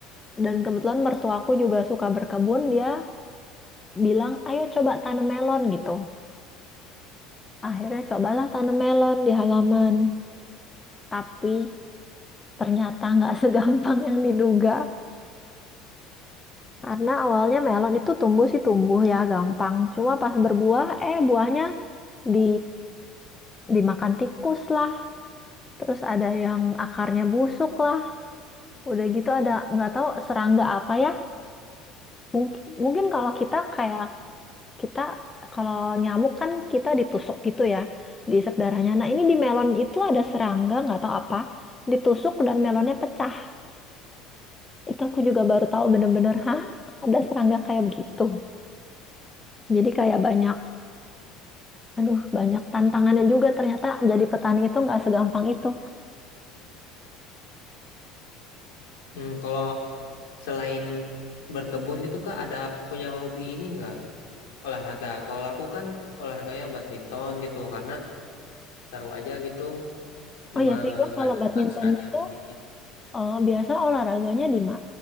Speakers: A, on the left; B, on the left.
A: dan kebetulan mertuaku juga suka berkebun, dia bilang, "Ayo coba tanam melon" gitu. Akhirnya cobalah tanam melon di halaman. Tapi ternyata nggak <laughs> segampang yang diduga. Karena awalnya melon itu tumbuh sih tumbuh ya gampang. Cuma pas berbuah, eh buahnya di dimakan tikus lah. Terus ada yang akarnya busuk lah. Udah gitu ada nggak tahu serangga apa ya. Mungkin mungkin kalau kita kayak kita kalau nyamuk kan kita ditusuk gitu ya, diisap darahnya. Nah ini di melon itu ada serangga nggak tahu apa, ditusuk dan melonnya pecah. Itu aku juga baru tahu bener-bener, hah? Ada serangga kayak begitu. Jadi kayak banyak Aduh, banyak tantangannya juga ternyata jadi petani itu nggak segampang itu.
B: Hmm, kalau selain berkebun gitu Kak ada punya hobi ini nggak olahraga? Kalau aku kan olahraganya badminton gitu karena seru aja gitu
A: Oh
B: mengandalkan
A: ya, Vigo, kalau badminton
B: strategi.
A: itu eh, biasa olahraganya di ma